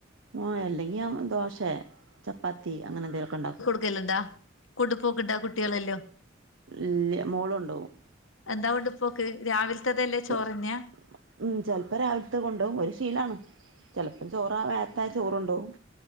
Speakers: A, on the right; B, on the left.
A: ഓ അല്ലെങ്കി ദോശ ചപ്പാത്തി അങ്ങനെ എന്തെങ്കിലൊക്കെ ഇണ്ടാക്കും.
B: കലണ്ട കൊണ്ടുപോക്ക്ണ്ടാ കുട്ടേളെല്ലൊ
A: ഇല്ല മോളോണ്ടോവും
B: എന്താ കൊണ്ടുപോക്ക് രാവിൽത്തതല്ലേ
A: ചോ
B: ചോറെന്നെയാ
A: ഉം ചെൽപ്പോ രാവിലത്തെ കൊണ്ടോവും ഒരു ശീലാണ്. ചെൽപ്പം ചോറ നേരത്തായ ചോറണ്ടോവും